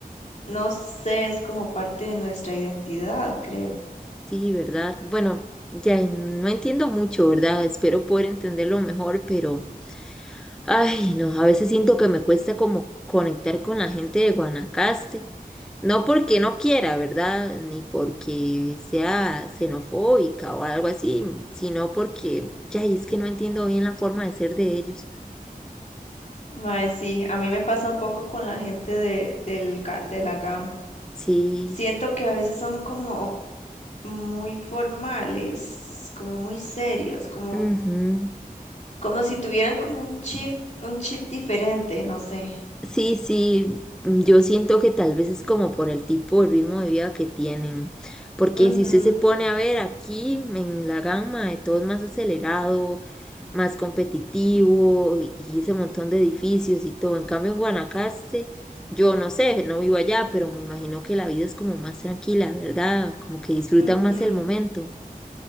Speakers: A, on the left; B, in the centre.
A: No sé, es como parte de nuestra identidad, creo.
B: sí, ¿verdad? Bueno, ya no entiendo mucho, ¿verdad? Espero poder entenderlo mejor, pero Ay, no, a veces siento que me cuesta como conectar con la gente de Guanacaste. No porque no quiera, ¿verdad? Ni porque sea xenofóbica o algo así, sino porque ya y es que no entiendo bien la forma de ser de ellos.
A: Mae, sí, a mí me pasa un poco con la gente de, del, ga- de la GAM.
B: Sí,
A: Siento que a veces son como muy formales, como muy serios, como,
B: ujú.
A: como si tuvieran como un chip, un chip diferente, no sé.
B: Sí, sí, yo siento que tal vez es como por el tipo de ritmo de vida que tienen. Porque
A: Ujú,
B: si usted se pone a ver aquí en la gama, de todo es más acelerado más competitivo y ese montón de edificios y todo. En cambio, en Guanacaste, yo no sé, no vivo allá, pero me imagino que la vida es como más tranquila, ¿verdad? Como que disfrutan
A: ujú.
B: más el momento.